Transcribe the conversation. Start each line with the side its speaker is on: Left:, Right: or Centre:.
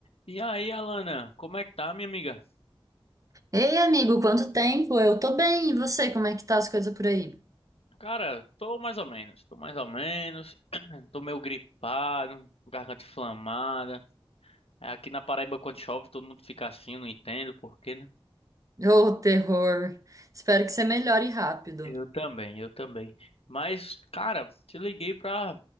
Left: E aí, Alana, como é que tá, minha amiga?
Right: Ei, amigo, quanto tempo? Eu tô bem, e você? Como é que tá as coisas por aí?
Left: Cara, tô mais ou menos, tô mais ou menos, <clears throat> tô meio gripado, garganta inflamada. É, Aqui na Paraíba, quando chove, todo mundo fica assim, eu não entendo por quê, né?
Right: Ô, terror! Espero que você melhore rápido.
Left: Eu também, eu também. Mas, cara, te liguei pra